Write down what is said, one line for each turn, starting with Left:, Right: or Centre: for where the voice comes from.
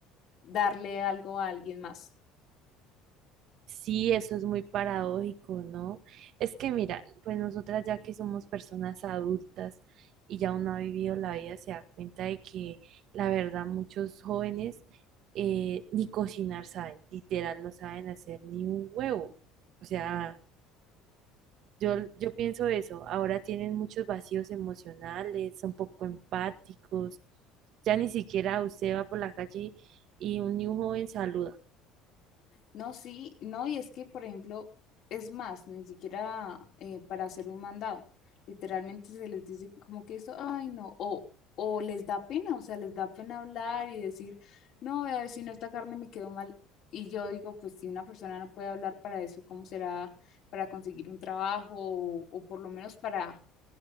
Left: darle algo a alguien más.
Right: Sí, eso es muy paradójico, ¿no? Es que mira, pues nosotras ya que somos personas adultas y ya uno ha vivido la vida, se da cuenta de que la verdad muchos jóvenes eh, ni cocinar saben, literal no saben hacer ni un huevo. O sea, Yo, yo pienso eso, ahora tienen muchos vacíos emocionales, son poco empáticos, ya ni siquiera usted va por la calle y un, ni un joven saluda.
Left: No, sí, no, y es que, por ejemplo, es más, ni siquiera eh, para hacer un mandado. Literalmente se les dice como que eso, ay, no, o, o les da pena, o sea, les da pena hablar y decir, no, vea, vecino, esta carne me quedó mal. Y yo digo, pues si una persona no puede hablar para eso, ¿cómo será para conseguir un trabajo o, o por lo menos para,